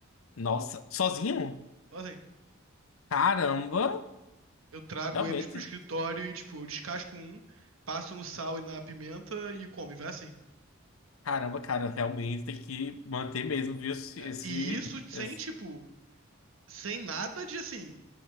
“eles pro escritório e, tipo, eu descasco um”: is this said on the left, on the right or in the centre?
Right